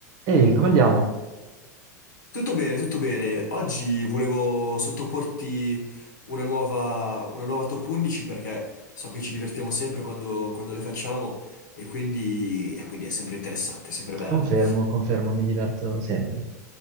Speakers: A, on the right; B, on the left.
A: Ehi, come andiamo?
B: Tutto bene, tutto bene. Oggi volevo sottoporti una nuova, una nuova top 11 perché so che ci divertiamo sempre quando, quando le facciamo e quindi, e quindi è sempre interessante, è sempre bello.
A: Confermo, confermo, mi diverto sempre.